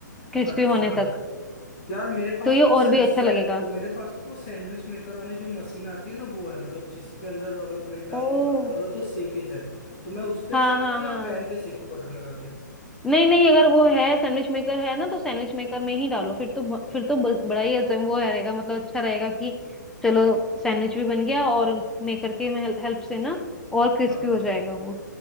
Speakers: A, in the centre; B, on the left (about 35°).
A: क्रिस्पी
B: अच्छा
A: होने तक
B: यार मेरे पास
A: तो ये
B: ना
A: और
B: वो से,
A: भी
B: से,
A: अच्छा लगेगा
B: मेरे पास ना वो सैंडविच मेकर वाली जो मशीन आती है ना वो है मतलब जिसके अंदर अगर ब्रेड डाल
A: ओ
B: के बंद करो तो सेके जाए तो मैं उस पे
A: हाँ
B: सेकूँ
A: हाँ
B: या
A: हाँ
B: पैन पे सेकूँ बटर लगा के
A: नहीं नहीं अगर वो है सैंडविच मेकर है ना तो सैंडविच मेकर में ही डालो फिर तो ब- फिर तो ब- बड़ा ही अच्छा वो है रहेगा मतलब अच्छा रहेगा कि चलो सैंडविच भी बन गया और मेकर के हेल्प से ना और क्रिस्पी
B: हाँ हाँ।
A: हो जाएगा वो